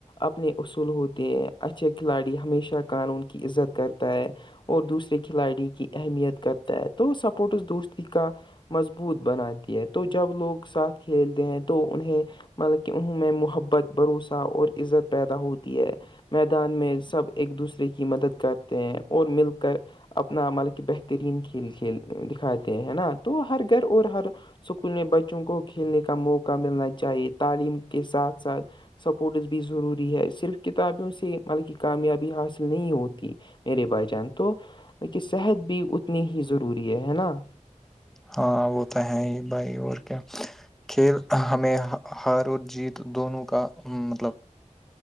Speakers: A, on the left; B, in the centre.
A: اپنے اصول ہوتے ہیں اچھے کھلاڑی ہمیشہ قانون کی عزت کرت تا ہے اور دوسرے کھلاڑی کی اہمیت کرتا ہے تو سپورٹ اس دوستی کا مضبوط بناتی ہے تو جب لوگ ساتھ کھیلتے ہیں تو انہیں مطلب کہ انہوں میں محبت بھروسہ اور عزت پیدا ہوتی ہے میدان میں سب ایک دوسرے کی مدد کرتے ہیں اور مل کر اپنا مطلب کہ بہترین کھیل کھیل دکھاتے ہیں ہے نا تو ہر گھر اور ہر اسکول میں بچوں کو کھیلنے کا موقع ملنا چاہیے تعلیم کے ساتھ ساتھ سپورٹس بھی ضروری ہے صرف کتابوں سے بلکہ کامیابی حاصل نہیں ہوتی میرے بھائی جان تو کہ صحت بھی اتنی ہی ضروری ہے ہے نا
B: ہاں وہ تو ہے ہی بھائی اور کیا کھیل ہمیں ہار اور جیت دونوں کا مطلب